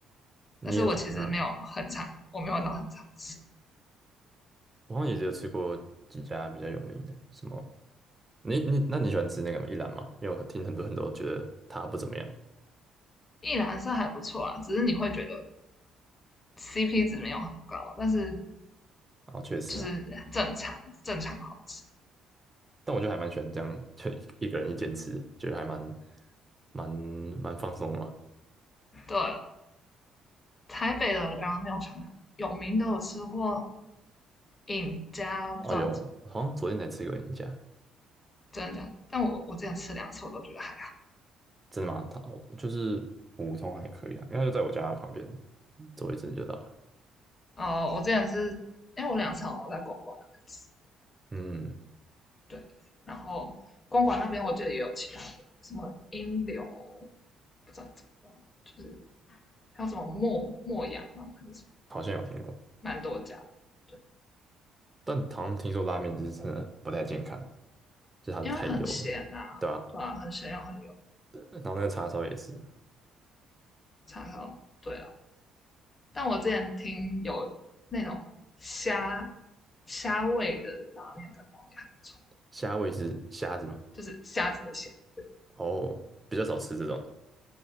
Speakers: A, on the right; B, on the left.
A: 你很常，
B: 但是我其实没有很常，
A: 嗯，
B: 我没有到很常吃。
A: 我好像也只有吃过几家比较有名的，什么？你你那你喜欢吃那个吗？一兰吗？因为我听很多人都觉得它不怎么样。
B: 一兰是还不错啦，只是你会觉得 CP 值没有很高，但是
A: 哦，确实啊。
B: 就是正常正常好吃。
A: 但我就还蛮喜欢这样，就一个人一间吃，觉得还蛮蛮蛮放松的嘛。
B: 对，台北的拉面我想想，有名的我吃过尹家，不知道你
A: 哦有，我好像昨天才吃过人家，
B: 真的假的，但我我之前吃两次我都觉得还好。
A: 真的吗？他就是普通还可以啊，应该就在我家旁边，走一阵就到了。
B: 哦、我之前是因为我两次我都在公馆那边吃，
A: 嗯，
B: 对，然后公馆那边我记得也有其他的，什么英流，不知道怎么，就是还有什么墨墨阳嘛，还是什么，
A: 好像有听过，
B: 蛮多家的，对，
A: 但好像听说拉面就是真的不太健康，就是它是太油了，
B: 因为很咸呐、
A: 对吧、
B: 对啊，很咸又很油。
A: 然后那个叉烧也是，
B: 叉烧，对啊。但我之前听有那种虾虾味的拉面，感觉也还不错，
A: 虾味是虾子嘛，
B: 就是虾子的虾，对，
A: 哦，比较少吃这种的。